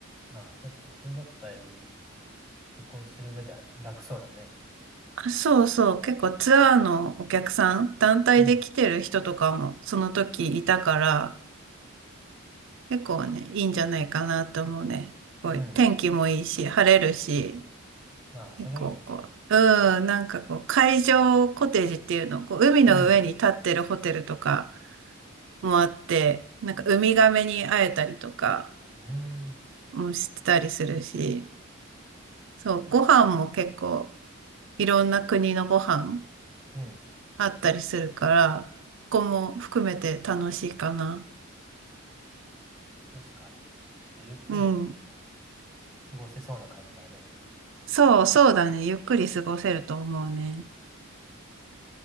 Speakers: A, in the centre; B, on the right.
A: うん。ああ、確かに、それだとだいぶ旅行する上では楽そうだね。
B: あ、そうそう。結構ツアーのお客さん、団体で来てる人とかもその時いたから、
A: うん。
B: 結構ね、いいんじゃないかなと思うね。すごい天気もいいし、
A: うん。
B: 晴れるし、
A: まあ、それいいね。
B: 結構こう、うん、なんかこう、海上コテージっていうの、こう、海の上に立ってるホテルとか
A: うん。
B: もあって、なんかウミガメに会えたりとか
A: うん。
B: もしてたりするし、そう、ご飯も結構、いろんな国のご飯
A: うん。
B: あったりするから、ここも含めて楽しいかな。
A: 確かに。で、ゆっくり
B: うん。
A: 過ごせそうな感じだね。
B: そう、そうだね。ゆっくり過ごせると思うね。